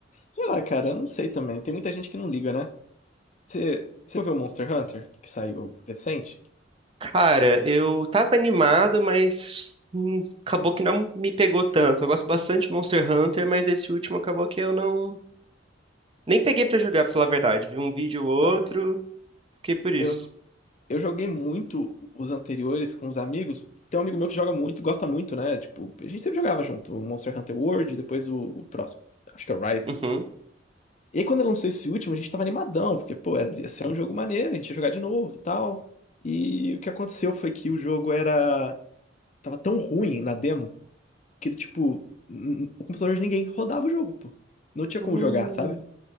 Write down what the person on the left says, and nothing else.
Sei lá, cara, eu não sei também. Tem muita gente que não liga, né? Você, você viu o Monster Hunter, que saiu recente?
Então,
eu, eu joguei muito os anteriores com os amigos. Tem um amigo meu que joga muito, gosta muito, né? Tipo, a gente sempre jogava junto. O Monster Hunter World, depois o, o próximo. Acho que é o Rise.
E aí, quando lançou esse último, a gente tava animadão, porque, pô, era- ia ser um jogo maneiro, a gente ia jogar de novo e tal. E o que aconteceu foi que o jogo era Tava tão ruim na demo que ele, tipo, n- o computador de ninguém rodava o jogo, pô. Não tinha
como jogar, sabe?